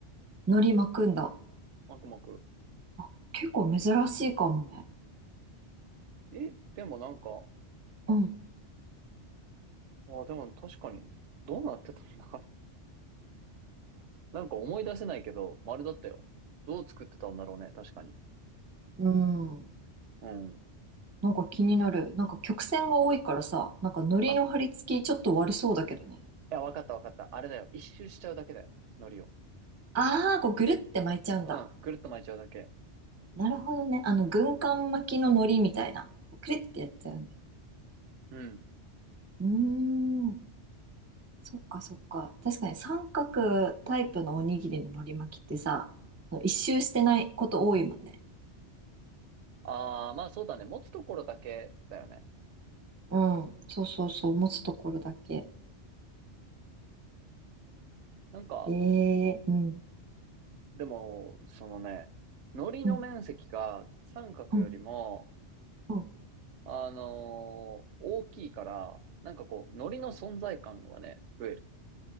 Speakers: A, on the right; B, on the right.
A: 海苔巻くんだ。
B: まくまく。
A: あ、結構珍しいかもね。
B: え、でもなんか、
A: うん。
B: ああ、でも確かに、どうなってたんだ、あれ。<laughs> なんか思い出せないけど、丸だったよ。どう作ってたんだろうね、確かに。
A: うん。
B: うん。
A: なんか気になる。なんか曲線が多いからさ、なんか海苔の貼り付きちょっと悪そうだけどね。
B: あ、いや、わかったわかった。あれだよ。一周しちゃうだけだよ。海苔を。
A: ああ、こうぐるって巻いちゃうんだ。
B: うん。ぐるっと巻いちゃうだけ。
A: なるほどね。あの、軍艦巻きの海苔みたいな。こうくるってやっちゃうんだ。
B: うん。
A: うーん。そっかそっか。確かに三角タイプのおにぎりの海苔巻きってさ、その一周してないこと多いもんね。
B: ああ、まあそうだね。持つところだけだよね。
A: うん。そうそうそう。持つところだけ。
B: なんか、
A: ええうん。
B: でも、そのね、糊の面積が三角よりも、
A: うん。うん。うん
B: あのー大きいから、なんかこう、糊の存在感はね、増える。